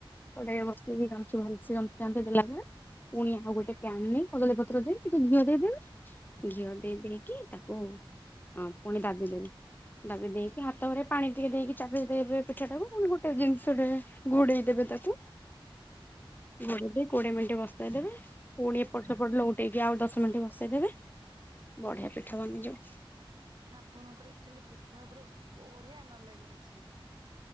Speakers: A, on the left; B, on the right.
A: କଡେଇ ବସେଇକି ଗାମୁଚ ଭଲ ଗାମୁଥାନ୍ତେ ଦେଲାବେଳେ ପୁଣି ଆ ଆଉ ଗୋଟେ ପ୍ୟାନ ନେଇ କଦଳୀ ପତ୍ର ଦେଇ ଟିକେ ଘିଅ ଦେଇଦବେ ଘିଅ ଦେଇ ଦେଇେଇକି ତାକୁ ହଁ ପୁଣି ଦାବି ଦେବେ ଦାବି ଦେଇକି ହାତ ଘରେ ପାଣି ଟିକେ ଦେଇକି ଚାବି ଦେଇବେ ପିଠା ଟାକୁ ଗୋଟେ ଜିନିଷଟାରେ ଘୋଡେଇ ଦେବେ ତାକୁ ଘୋଡେଇ ଦେଇ କୋଡିଏ ମିନିଟ ବସେଇ ଦେବେ। ପୁଣି ଏପଟ ସେପଟ ଲଉଟେଇକି ଆଉ ଦଶ ମିନିଟ ବସେଇଦେବେ ବଢିଆ ପିଠା ବନିଯିବ।
B: ଆପଣଙ୍କର ଆକଚୁଆଲି ପିଠା ଉପରେ ବଢିଆ ନଲେଜ ଅଛି।